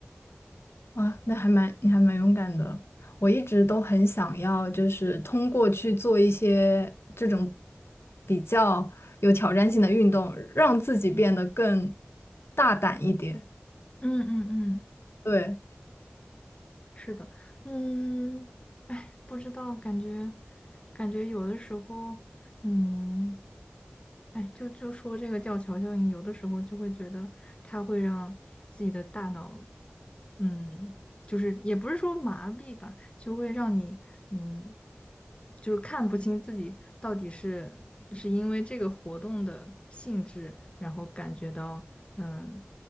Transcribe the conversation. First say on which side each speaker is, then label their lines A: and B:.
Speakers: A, on the left; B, on the left.
A: 啊，那还蛮，你还蛮勇敢的。我一直都很想要，就是通过去做一些这种比较有挑战性的运动，让自己变得更大胆一点。
B: 嗯嗯嗯，
A: 对，
B: 是的，嗯，哎，不知道，感觉感觉有的时候，嗯。哎，就就说这个吊桥效应，有的时候就会觉得它会让自己的大脑，嗯，就是也不是说麻痹吧，就会让你，嗯，就是看不清自己到底是是因为这个活动的性质，然后感觉到，嗯，